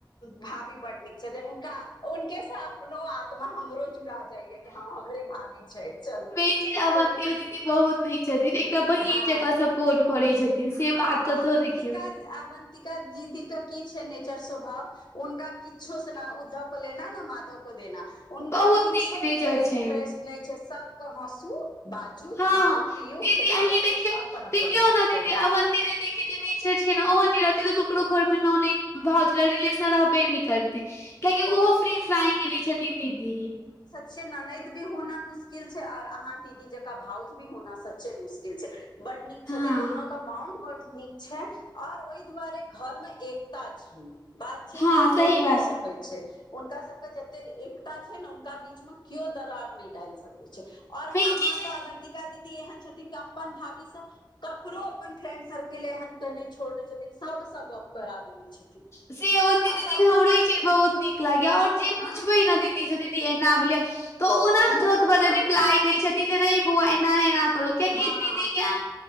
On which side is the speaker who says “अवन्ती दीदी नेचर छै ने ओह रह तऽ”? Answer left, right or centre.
Left